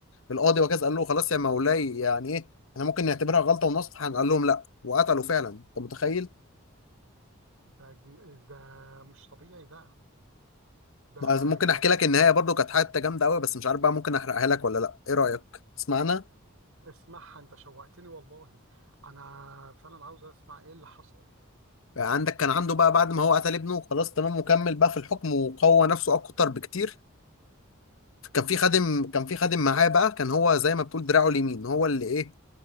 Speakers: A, on the left; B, on the right.
A: القاضي وكذا قال له خلاص يا مولاي يعني ايه احنا ممكن نعتبرها غلطه ونصح قال لهم لا وقتله فعلا انت متخيل
B: ده جن... ده مش طبيعي بقى ده
A: بس ممكن
B: كان
A: احكي لك النهايه برضو كانت حته جامده قوي بس مش عارف بقى ممكن احرقها لك ولا لا ايه رايك تسمعنا
B: اسمعها انت شوقتني والله انا فعلا عاوز اسمع ايه اللي حصل
A: عندك كان عنده بقى بعد ما هو قتل ابنه خلاص تمام وكمل بقى في الحكم وقوى نفسه اكتر بكتير كان في
B: تمام
A: خادم كان في خادم معاه بقى كان هو زي ما بتقول دراعه اليمين هو اللي ايه